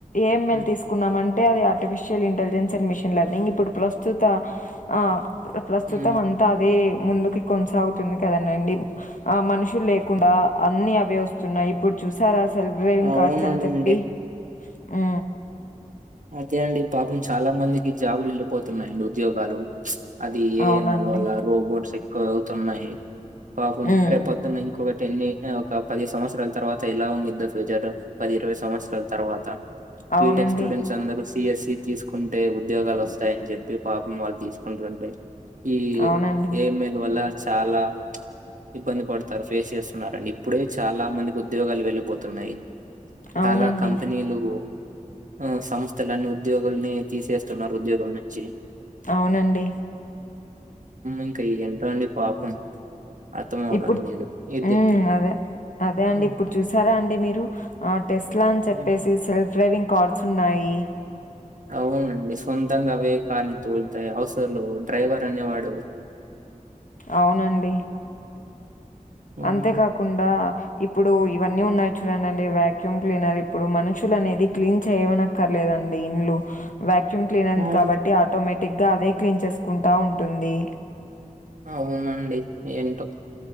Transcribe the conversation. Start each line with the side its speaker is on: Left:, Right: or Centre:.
Left: ఏంమెలు
Right: ఉమ్
Left: తీసుకున్నామంటే అంటే అది artificial intelligence and machine learning ఇప్పుడు ప్రస్తుత ఆ ప్రస్తుతం
Right: ఉమ్
Left: అంతా అదే ముందుకి కొనసాగుతుంది కదానండి ఆ మనుషులు లే కుడా అన్ని అవే వస్తున్నాయి ఇప్పుడు చూసారా సెల్ గ్రేటింగ్
Right: అవునండి
Left: కార్డ్స్ అని చెప్పి ఆ
Right: అదే అండి పాపం చాలా మందికి జాబులు వెళ్ళిపోతున్నాడి ఉద్యోగాలు అది ఏఎంల
Left: అవునండి.
Right: వల్ల రోబోట్స్ ఎక్కువ అవుతున్నాయి పాపం
Left: హ్మ్.
Right: రేపు పొద్దున్న ఇంకొక టెన్ ఒక పది సంవత్సరాల తర్వాత ఇలా ఉండిదో ఫ్యూచర్ పది ఇరవై సంవత్సరాల తర్వాత
Left: అవునండి
Right: బీటెక్ స్టూడెంట్స్ అందరూ సిఎస్సి తీసుకుంటే ఉద్యోగాలు వస్తాయని చెప్పి పాపం వాళ్ళు తీసుకుంటుంటే ఈ
Left: అవునండి.
Right: ఏమెల్ వల్ల చాలా ఇబ్బంది పడతారు ఫేస్ చేస్తున్నడి ఇప్పుడే చాలా మందికి ఉద్యోగాలు వెళ్ళిపోతున్నాయి
Left: అవునండి.
Right: చాలా కంపెనీలు ఆ సంస్థలన్నీ ఉద్యోగుల్ని తీసేస్తున్నారు ఉద్యోగుల నుంచి
Left: అవునండి
Right: ఇంకా ఈ ఎంటలో అండి పాపం అర్థం అవడం
Left: ఇప్పుడు
Right: లేదు ఇది
Left: హ్మ్. అదే. అదే అండి
Right: హ్మ్.
Left: ఇప్పుడు చూసారా అండి మీరు ఆ టెస్ట్ లా అని చెప్పేసి
Right: హ్మ్.
Left: సెల్ఫ్ డ్రైవింగ్ కార్డ్స్ ఉన్నాయి
Right: అవునండి సొంతంగా అవే కాలి తోలుతాయి అసలు డ్రైవర్ అనే వాడు
Left: అవునండి
Right: హ్మ్.
Left: అంతేకాకుండా ఇప్పుడు ఇవన్నీ ఉన్నాయి చూడండి అండి వ్యాక్యూమ్ క్లీనర్ ఇప్పుడు మనుషులు అనేది క్లీన్ చేయమనక్కర్లేదుండి అండి ఇల్లు వాక్యూమ్ క్లీనర్ంది
Right: హ్మ్.
Left: కాబట్టి ఆటోమేటిక్ గా అదే క్లీన్ చేసుకుంటా ఉంటుంది
Right: అవునండి ఏంటో